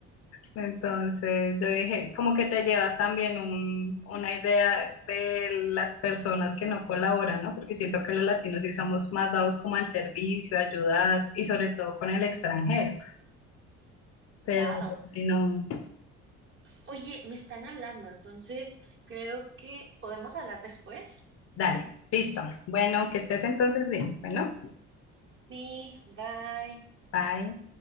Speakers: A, on the left (about 55°); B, on the right (about 40°).
A: Entonces yo dije, como que te llevas también un- una idea de las personas que no colaboran, ¿no? Porque siento que los latinos sí somos más dados como al servicio, a ayudar y sobre todo con el extranjero. Pero
B: Claro.
A: si no,
B: Oye, me están hablando, entonces creo que podemos hablar después.
A: dale, listo. Bueno, que estés entonces bien. Bueno,
B: Sí, bye.
A: bye.